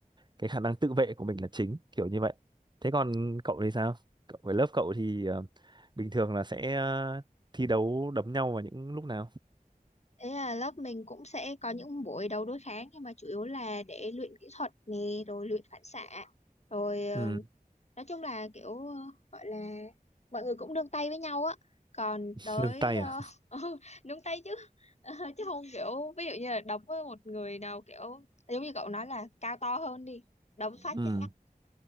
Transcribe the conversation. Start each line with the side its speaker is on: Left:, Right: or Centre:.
Right: cái khả năng tự vệ của mình là chính kiểu như vậy thế còn cậu thì sao cậu với lớp cậu thì ờ, bình thường là sẽ ờ, thi đấu đấm nhau vào những lúc nào
Left: Thế là lớp mình cũng sẽ có những buổi đấu đối kháng nhưng mà chủ yếu là để luyện kỹ thuật nè, rồi luyện phản xạ, rồi ờ,
Right: ừ
Left: nói chung là kiểu ờ, gọi là mọi người cũng nương tay với nhau á. Còn
Right: <laughs>
Left: tới
Right: nâng tay
Left: ờ,
Right: à
Left: <laughs> ừ, nương tay chứ <laughs> Ờ, chứ không kiểu ví dụ như là đấm với một người nào kiểu giống như cậu nói là cao to hơn đi, đấm phát
Right: ừ
Left: chết ngắt.